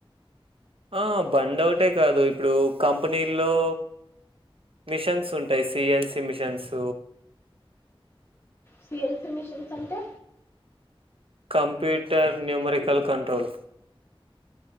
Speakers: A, on the right (about 70°); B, on the left (about 25°).
A: ఆ బండ్ ఒకటె కాదు ఇప్పుడు కంపెనీల్లో. మిషన్స్ ఉంటాయి సిఎన్సి మిషన్స్.
B: సిఎన్సి మిషన్స్ అంటే.
A: Computer numerical control.